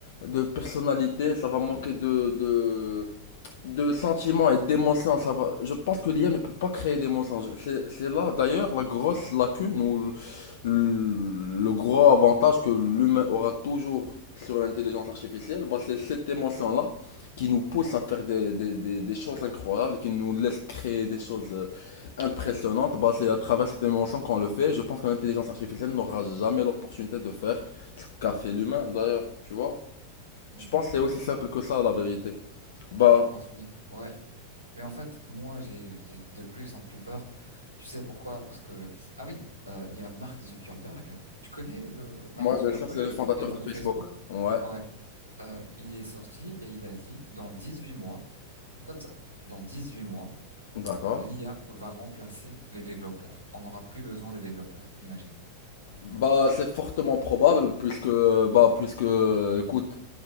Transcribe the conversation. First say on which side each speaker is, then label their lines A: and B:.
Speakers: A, on the left; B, on the left.
A: de personnalité, ça va manquer de, de, de sentiments et d'émotions. Ça va, je pense que l'IA ne peut pas créer d'émotions. Je- C'est, c'est là d'ailleurs la grosse lacune ou le, le gros avantage que l'humain aura toujours sur l'intelligence artificielle. Bah, c'est cette émotion-là qui nous pousse à faire des, des, des, des choses incroyables, et qui nous laisse créer des choses euh, impressionnante. Bah, c'est à travers cette émotion qu'on le fait. Je pense que l'intelligence artificielle n'aura jamais l'opportunité de faire ce qu'a fait l'humain, d'ailleurs, tu vois.
B: Hmm,
A: Je pense que c'est aussi simple que ça, la vérité. Bah,
B: je pense oui. Ouais. Mais en fait, moi, j'ai j'ai de plus en plus peur. Tu sais pourquoi? Parce que ah oui, euh, il y a Mark Zuckerberg. Tu connais le Mark
A: moi,
B: Zuckerberg,
A: bien sûr, c'est
B: le
A: le fondateur
B: propriétaire
A: de
B: de
A: Facebook.
B: Facebook?
A: Ouais,
B: Ouais. Euh, il est sorti et il a dit dans 18 mois, comme ça, dans 18 mois,
A: d'accord.
B: l'IA va remplacer les développeurs. On n'aura plus besoin des développeurs, imagine.
A: Bah, c'est fortement probable, puisque, bah, puisque, écoute,